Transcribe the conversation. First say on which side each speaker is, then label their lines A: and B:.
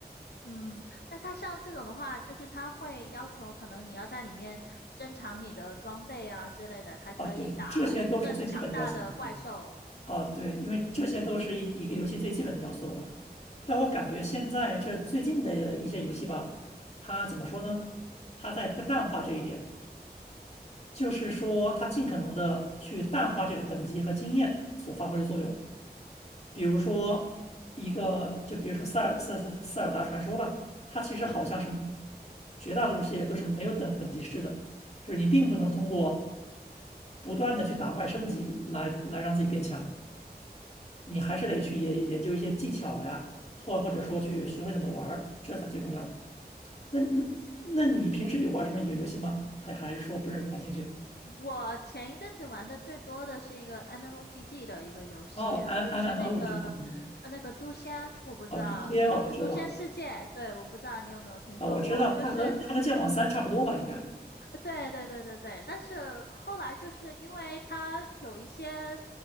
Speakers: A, on the left (about 75°); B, on the left (about 40°).
A: 嗯，那它像这种的话，就是它会要求可能你要在里面增强你的装备啊之类的，才可以打更强大的怪兽。
B: 啊，对，这些都是最基本的要求了。对，啊，对，因为这些都是一一个游戏最基本的要素了吧？但我感觉现在这最近的一些游戏吧，
A: 嗯
B: 它怎么说呢？它在淡化这一点，就是说它尽可能的去淡化这个等级和经验所发挥的作用。比如说一个，就比如说塞尔塞塞塞尔达传说吧，它其实好像是绝大多数系列都是没有等等级制的，就是你并不能通过不断的去打怪升级来来让自己变强，你还是得去研研究一些技巧呀，或或者说去学会怎么玩儿，这才最重要的。那那那你平时有玩什么游游戏吗？
A: 嗯，
B: 还还是说不是很感兴趣？
A: 我前一阵子玩的最多的是一个 MMOPG 的一个游戏，
B: 哦，M
A: 就是那个
B: M M O 我知道，嗯，
A: 呃那个诛仙，我不知道你有呃诛仙世界，
B: 啊，诛仙啊我知道，
A: 对，我不知道你有没有听说过，
B: 啊我知道，
A: 就是。
B: 它和它和剑网三差不多吧，应该。
A: 对对对对对，但是后来就是因为它有一些，